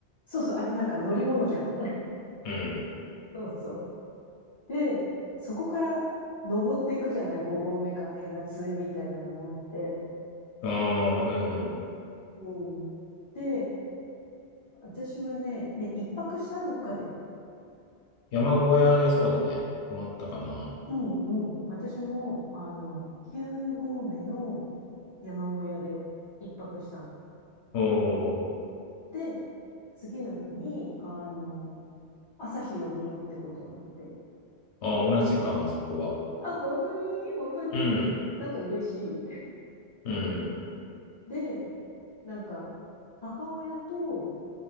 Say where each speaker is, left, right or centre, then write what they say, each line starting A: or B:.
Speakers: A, on the left (about 35°); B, on the left (about 75°).
A: そうそう、あれなんか乗り物じゃん。
B: うん。
A: そうそう。で、そこから登っていくじゃない、5合目から変な杖みたいなの持って。
B: ああ、うん。
A: うん。で、私はね、で、一泊したどっかで。
B: 山小屋でそうだね。泊まったかな。
A: うんうん。私も、あの、9合目の山小屋で一泊したの。
B: おー。
A: で、次の日に、あの、朝日を見ようってことになって。
B: ああ、同じかも、そこは。
A: あ、本当に本当になんか嬉しい。
B: うん、うん、
A: <laughs> で、なんか、母親と